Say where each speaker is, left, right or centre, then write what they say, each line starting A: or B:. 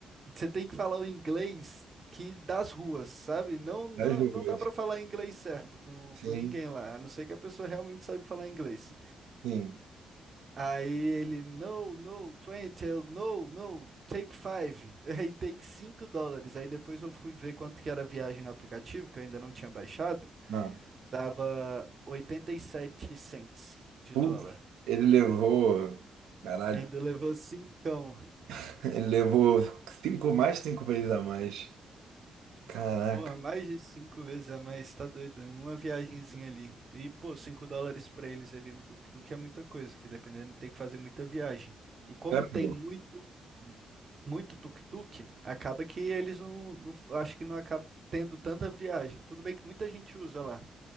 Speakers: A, on the right; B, on the right.
A: Você tem que falar o inglês que das ruas, sabe? Não, não,
B: das ruas.
A: não dá pra falar inglês certo com,
B: Sim,
A: com ninguém lá, a não ser que a pessoa realmente saiba falar inglês.
B: sim.
A: Aí ele, no, no, twenty, eu, no, no, take five. <laughs> Aí dei 5 dólares. Aí depois eu fui ver quanto que era a viagem no aplicativo, que eu ainda não tinha baixado.
B: Não.
A: Dava 87 cents de
B: Putz,
A: dólar.
B: ele levou. Caralho,
A: Ainda levou cincão.
B: <laughs> ele levou cinco mais, cinco vezes a mais. Caraca.
A: Porra, mais de cinco vezes a mais, tá doido? Uma viagenzinha ali. E, pô, cinco dólares pra eles ali no tuk-tuk é muita coisa, que dependendo tem que fazer muita viagem. E como
B: É, pô.
A: tem muito, muito tuk-tuk, acaba que eles não, não- acho que não acaba tendo tanta viagem. Tudo bem que muita gente usa lá,